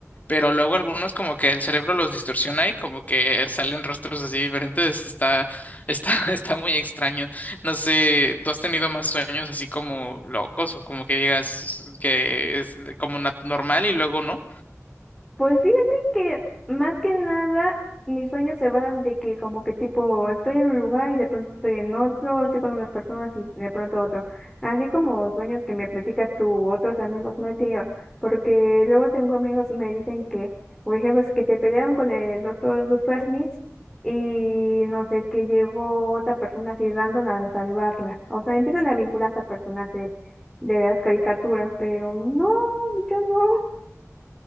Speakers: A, on the left (about 30°); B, in the centre.
A: pero luego algunos como que el cerebro los distorsiona y como que salen rostros así diferentes, está, está, <laughs> está muy extraño. No sé, ¿tú has tenido más sueños así como locos o como que digas que es como nat- normal y luego no?
B: Pues fíjate que más que nada mis sueños se basan de que como que tipo estoy en un lugar y de pronto estoy en otro, estoy con unas personas y de pronto otro. Así como sueños que me platicas tú u otros amigos no he tenido, porque luego tengo amigos me dicen que, por ejemplo, es que se pelearon con el otro Dufermich y no sé, que llegó otra persona así random a salvarla. O sea, empiezan a vincular hasta personajes de las caricaturas, pero no, yo no.